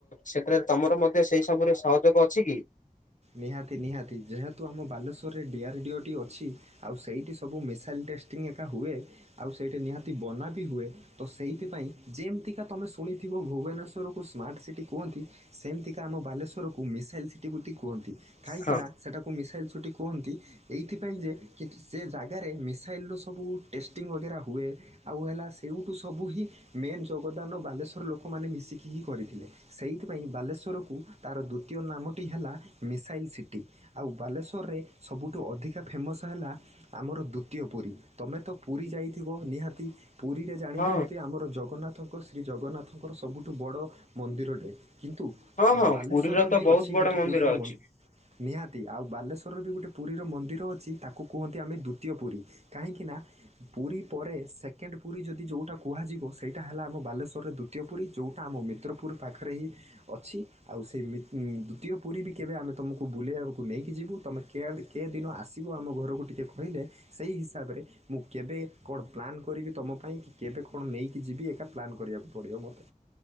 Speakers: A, on the left; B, on the right.
A: ସେଥିରେ ତମର ମଧ୍ୟ ସେଇ ସବୁରେ ସହଯୋଗ ଅଛି କି
B: ନିହାତି ନିହାତି ଯେହେତୁ ଆମ ବାଲେଶ୍ଵରରେ ଡିଆର ଡିଓ ଟି ଅଛି। ଆଉ ସେଇଠି ସବୁ ମିସାଇଲ ଟେଷ୍ଟିଙ୍ଗ ଏକା ହୁଏ ଆଉ ସେଇଠି ନିହାତି ବନା ବି ହୁଏ। ତ ସେଇଥିପାଇଁ ଯେମିତିକା ତୁମେ ଶୁଣିଥିବ ଭୁବନେଶ୍ୱରକୁ ସ୍ମାର୍ଟ ସିଟି କୁହନ୍ତି। ସେମିତିକା ଆମ ବାଲେଶ୍ୱରକୁ ମିସାଇଲ୍ ସିଟି ବ କୁହନ୍ତି କାହିଁକିନା
A: ହଁ।
B: ସେଇଟାକୁ ମିଶାଇଲ୍ ସୁଛୁଟି କୁହନ୍ତି।। ଏଇଥିପାଇଁ ଯେ କି ସେ ଜାଗାରେ ମିସାଇଲ୍ ର ସବୁ ଟେଷ୍ଟିଂ ବଗେରା ହୁଏ। ଆଉ ହେଲା ସେଇଠୁ ସବୁ ହିଁ ମେନ୍ ଯୋଗଦାନ ବାଲେଶ୍ଵର ଲୋକମାନେ ମିଶିକି ହିଁ କରିଥିଲେ ସେଇଥିପାଇଁ ବାଲେଶ୍ଵରକୁ ତାର ଦ୍ୱିତୀୟ ନାମଟି ହେଲା। ମିଶାଇଲ ସିଟି ଆଉ ବାଲେଶ୍ୱରରେ ସବୁଠୁ ଅଧିକା ଫେମସ୍ ହେଲା। ଆମର ଦ୍ୱତୀୟ ପୁରୀ ତମେ ତ ପୁରୀ ଯାଇଥିବ ନିହାତି ପୁରୀ ରେ ଜାଣିଥିବ
A: ହଁ
B: ଯେ ଆମର ଜଗନ୍ନାଥଙ୍କ ଶ୍ରୀ ଜଗନ୍ନାଥଙ୍କର ସବୁଠୁ ବଡ଼ ମନ୍ଦିରଟେ କିନ୍ତୁ
A: ହଁ ହଁ
B: ବାଲେଶ୍ୱରରେ
A: ପୁରୀର ତ
B: ବି
A: ବହୁତ
B: ଅଛି
A: ବଡ
B: ଗୋଟେ
A: ମନ୍ଦିର
B: ପୁରୀର
A: ଅଛି।
B: ମନ୍ଦିର ନିହାତି ଆଉ ବାଲେଶ୍ୱରରେ ବି ଗୋଟେ ପୁରୀର ମନ୍ଦିର ଅଛି ତାକୁ କୁହନ୍ତି ଆମେ ଦ୍ୱତୀୟ ପୁରୀ। କାହିଁକି ନା ପୁରୀ ପରେ ସେକେଣ୍ଡ ପୁରୀ ଯଦି ଯେଉଁଟା କୁହାଯିବ ସେଇଟା ହେଲା ଆମ ବାଲେଶ୍ୱରରେ ଦୁ ତୀୟ ପୁରୀ ଯେଉଁଟା ଆମ ମିତ୍ରପୁର ପାଖରେ ହିଁ ଅଛି ଆଉ ସେଇ ମି ଦ୍ୱତୀୟ ପୁରୀ ବି କେବେ ଆମେ ତୁମକୁ ବୁଲେଇବାକୁ ନେଇକି ଯିବୁ ତୁମେ କେଏ କେ ଦିନ ଆସିବ ଆମ ଘରକୁ ଟିକିଏ କହିଲେ। ସେହି ହିସାବରେ। ମୁଁ କେବେ କଣ ପ୍ଲାନ୍ କରିବି ତମ ପାଇଁ କି କେବେ କଣ ନେଇକି ଯିବି ଏକା ପ୍ଲାନ୍ କରିବାକୁ ପଡ଼ିବ ମୋତେ।